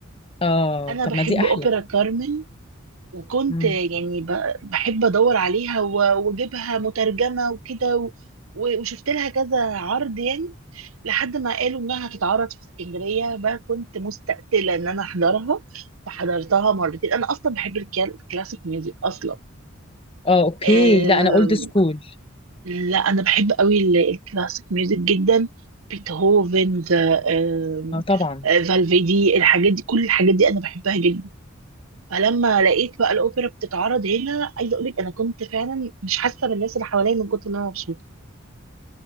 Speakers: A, on the left (about 25°); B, on the right (about 80°).
A: اه
B: أنا
A: طب
B: بحب
A: ما دي احلى
B: أوبرا كارمن وكنت
A: مم.
B: يعني ب- بحب أدور عليها و- وأجيبها مترجمة وكده و- و- وشفت لها كذا عرض يعني لحد ما قالوا انها هتتعرض في اسكندريه بقى كنت مستقتله ان انا احضرها فحضرتها مرتين انا اصلا بحب الكلا- الكلاسيك ميوزك اصلا
A: اه اوكي
B: آم،
A: لا انا اولد سكول
B: لا انا بحب قوي ال- الكلاسيك ميوزك جدا بيتهوفن ذا- آم،
A: اه طبعا
B: آه، فالفيدي الحاجات دي كل الحاجات دي انا بحبها جدا فلما لقيت بقى الاوبرا بتتعرض هنا عايزه اقول لك انا كنت فعلا مش حاسه بالناس اللي حواليا من كتر ما انا مبسوطه